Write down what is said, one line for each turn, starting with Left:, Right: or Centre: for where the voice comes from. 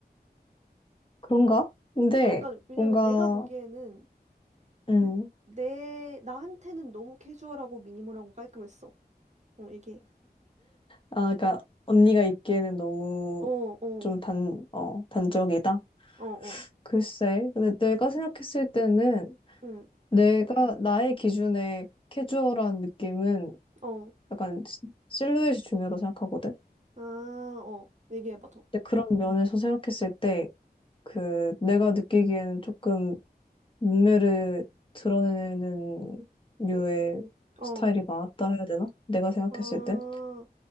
Left: 그런가? 근데
Right: 어, 약간, 왜냐면
Left: 뭔가,
Right: 내가 보기에는
Left: 음,
Right: 내, 나한테는 너무 캐주얼하고 미니멀하고 깔끔했어. 어, 이게.
Left: 아, 그러니까 언니가 입기에는 너무
Right: 어, 어,
Left: 좀 단, 어, 단적이다?
Right: 어, 어,
Left: 글쎄, 근데 내가 생각했을 때는
Right: 응,
Left: 내가, 나의 기준에 캐주얼한 느낌은
Right: 어.
Left: 약간 시- 실루엣이 중요하다 생각하거든.
Right: 아, 어. 얘기해봐, 더.
Left: 근데 그런 면에서 생각했을 때, 그, 내가 느끼기에는 조금 몸매를 드러내는 류의
Right: 어.
Left: 스타일이 맞다 해야 되나? 내가 생각했을
Right: 아,
Left: 땐?